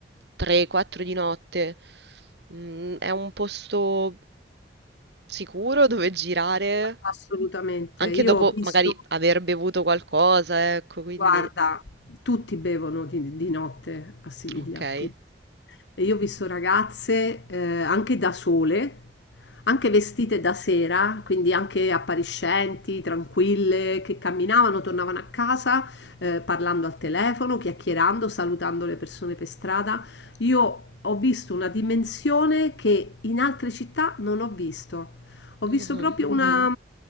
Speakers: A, on the right; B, on the left.
A: 3-4 di notte. Mm, è un posto sicuro dove girare,
B: Assolutamente.
A: anche
B: Io
A: dopo
B: ho visto
A: magari aver bevuto qualcosa, ecco, quindi...
B: Guarda, tutti bevono di, di notte a Siviglia,
A: Ok.
B: tutti. E io ho visto ragazze eh, anche da sole, anche vestite da sera, quindi anche appariscenti, tranquille, che camminavano, tornavano a casa eh, parlando al telefono, chiacchierando, salutando le persone per strada. Io ho visto una dimensione che in altre città non ho visto. Ho
A: Mhm,
B: visto proprio una,